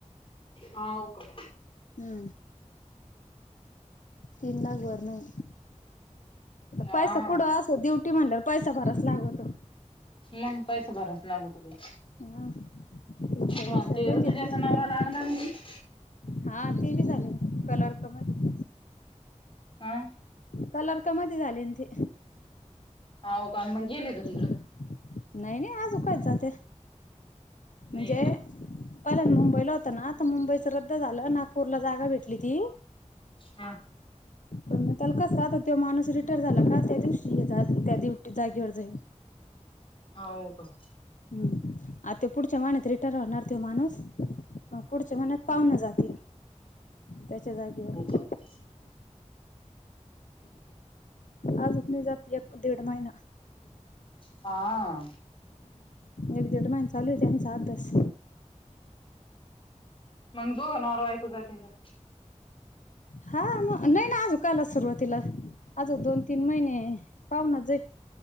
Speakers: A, on the left; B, on the left.
A: हाव का
B: ह तीन लाक बरण आहे
A: हा
B: पैसा कुठं असो ड्युटी म्हणल्या वर पैसा भराव लागवतो
A: मग पैसा भरावच लागतो बाई
B: हा हुशार,
A: हा
B: बिशार
A: ते
B: झालीय
A: ऋतुजाचा
B: ती
A: <unintelligible>
B: हा ते बी झाले ना कलर कमेंट
A: हा
B: कलर का मध झाले ते
A: हाव का मग गेले का तिकडं
B: नाही, नाही आजू काय जात म्हणजे
A: नाही का
B: पहिलान मुंबईला होतं ना तर मुंबईच रद्द झालं नागपूरला जागा भेटली ती
A: हा
B: त्याला कस आात तो माणूस रिटायर झाला का त्या दिवशी त्या दिव जागेवर जाईन
A: हाव का
B: हम्म आ ते पुढच्या महिन्यात त रिटर होणार त्यो माणूस मग पुढच्या महिन्यात पाहून जातील त्याच्या जागेवर
A: <unintelligible>
B: आज उकणी जात एक दीड महिना
A: हा
B: एक दिड महिन चालू ये त्याचा अभ्यास
A: मग दोघ नवरा बायको जतिन का
B: हा मग नाही ना आजू काला सुरुवातीला आजो दोन, तीन महिने पाहना जाई